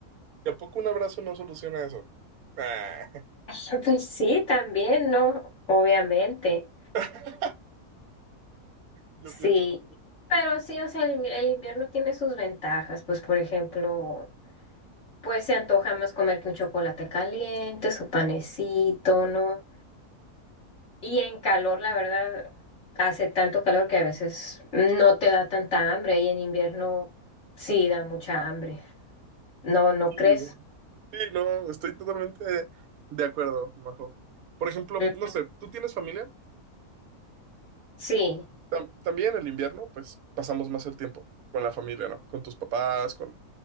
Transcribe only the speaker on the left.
<laughs> Pues sí, también, ¿no? Obviamente.
Sí,
pero sí, o sea, el, el invierno tiene sus ventajas, pues por ejemplo, pues se antoja más comerte un chocolate caliente, su panecito, ¿no? Y en calor, la verdad, hace tanto calor que a veces no te da tanta hambre y en invierno sí da mucha hambre. ¿No, no
crees?
Mm,
Sí.